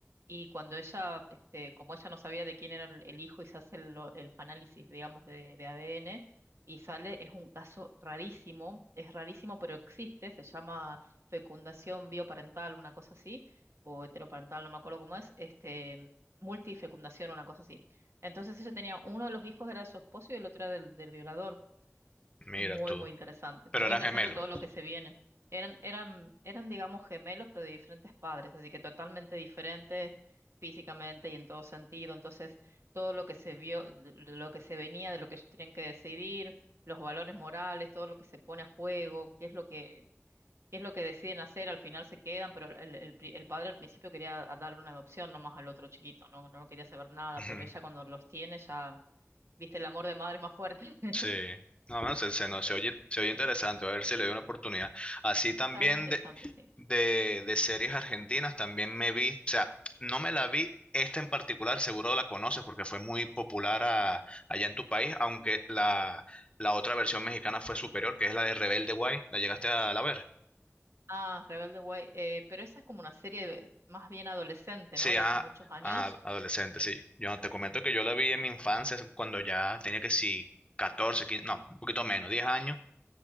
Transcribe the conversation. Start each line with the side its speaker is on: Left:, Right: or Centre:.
Right: y cuando ella, este, como ella no sabía de quién era el, el hijo y se hace el- lo- los análisis, digamos, de, de ADN, y sale, es un caso rarísimo, es rarísimo, pero existe, se llama fecundación bioparental, una cosa así, o heteroparental, no me acuerdo cómo es, este, multifecundación, una cosa así. Entonces ella tenía, uno de los hijos era de su esposo y el otro era del, del violador.
Left: mira
Right: Muy,
Left: tú.
Right: muy interesante.
Left: Pero
Right: Muy
Left: eran
Right: interesante
Left: gemelos.
Right: todo lo que se viene. Eran, eran, eran, digamos, gemelos, pero de diferentes padres, así que totalmente diferentes físicamente y en todo sentido. Entonces, todo lo que se vio, l- l- lo que se venía de lo que ellos tenían que decidir, los valores morales, todo lo que se pone a juego, qué es lo que, qué es lo que deciden hacer, al final se quedan, pero el, el, pri- el padre al principio quería a- darle una adopción nomás al otro chiquito, no, no quería saber nada,
Left: Ujú,
Right: pero ella cuando los tiene ya, viste, el amor de madre es más fuerte. <laughs>
Left: Sí, no, no, se, se,
Right: Así
Left: no,
Right: que
Left: se oye, se oye interesante, voy a ver si le doy una oportunidad. Así también
Right: está muy interesante, sí.
Left: de, de series argentinas también me vi, o sea, no me la vi esta en particular, seguro la conoces porque fue muy popular a- allá en tu país, aunque la, la otra versión mexicana fue superior, que es la de Rebelde Way, ¿la llegaste a la ver?
Right: Ah, Rebelde Way. eh, pero esa es como una serie de- más bien adolescente,
Left: Sí,
Right: ¿no? De
Left: ah,
Right: hace muchos años.
Left: ah, adolescente,
Right: Sí.
Left: sí. Yo te comento que yo la vi en mi infancia, es cuando ya tenía que sí, 14 15, no, un poquito menos, 10 años,